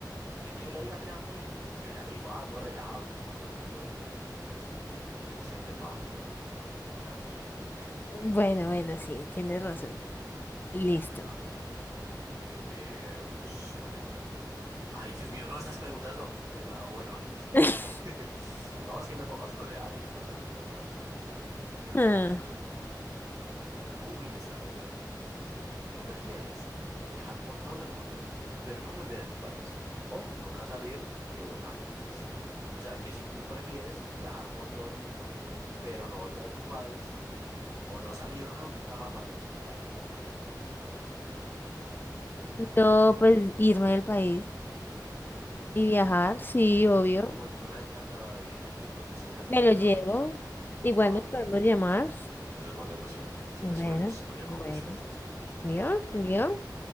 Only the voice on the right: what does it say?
y que, que le diga que va a morir, y yo ya le digo, ah, no, relajado, que yo me voy a morir de un dolor de cabeza, entonces yo ya estoy, que tengo que ser un ser de paz, de luz, de tranquilidad.
A ver, eh, señorita. Ay, Dios mío, no, estas preguntas no. Eh, ah, bueno, ahorita sí por
aquí. <laughs> No, es que me pongo a scrollear y pasan cosas maravillosas. Eh,
Ah, uy, esta me duele. Dice, ¿qué prefieres? ¿Viajar por todo el mundo, pero no volver a tu país? O nunca salir, pero... Ay, ¿cómo así? O sea, que si tú prefieres viajar por todo el mundo, pero no volver a tu país, o no salir nunca jamás de tu país. Pues yo de pa- mi país poco he salido, así que, ¿qué preferirías
tú?
A lo bien.
Aquí como yo la he tratado de bien aquí para que usted se vaya,
hágame
el favor.
Ah,
bueno.
Eso es más negociable. Eso,
eso me gusta, me llama
mucho la atención. Dale,
perfecto.